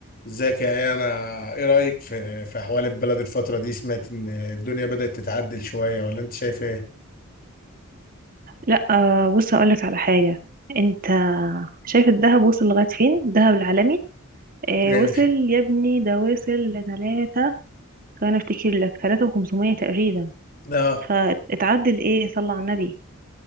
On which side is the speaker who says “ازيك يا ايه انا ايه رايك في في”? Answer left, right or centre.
Left